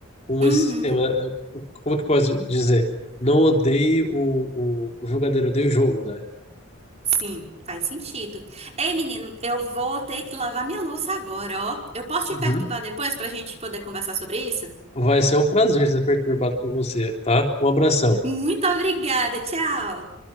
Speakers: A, on the left; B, on the right.
A: com
B: Uhum.
A: esse sistema. É, Como é que pode dizer? Não odeie o, o, o jogador, odeie o jogo, né?
B: Sim, faz sentido. Ei, menino, eu vou ter que lavar minha louça agora, ó. Eu posso
A: Uhum.
B: te perturbar depois pra gente poder conversar sobre isso?
A: Vai ser um prazer ser perturbado por você, tá? Um abração.
B: Muito obrigada, tchau!